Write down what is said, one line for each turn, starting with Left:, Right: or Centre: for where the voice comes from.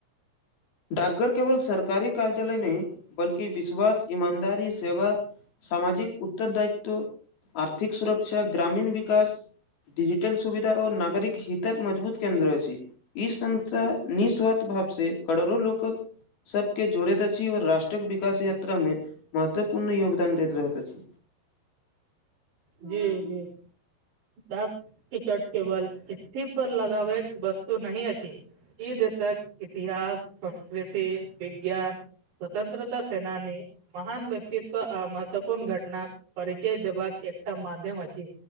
Left: डाकघर केवल सरकारी कार्यालय नय बल्कि विश्वास ईमानदारी सेवा सामाजिक उत्तर दायित्व आर्थिक सुरक्षा ग्रामीण विकास डजिटल सुविधा आओर नागरिक हितक मजबूत केन्द्र अछि। ई संस्था निःस्वार्थ भाव से करोड़ो लोक सबके जोड़ैत अछि आओर राष्ट्र टक विकास यात्रा मे महत्वपूर्ण योगदान दैत रहैत अछि।
Right: जी जी डाक टिकट केवल चिठ्ठी पर लगाबैक वस्तु नहि अछि ई देशक इतिहास संस्कृति विज्ञान स्वतंत्रता सेनानी महान व्यक्तित्व महत्वपूर्ण आ घटनाक परिचय देबाक एकटा माध्यम अछि।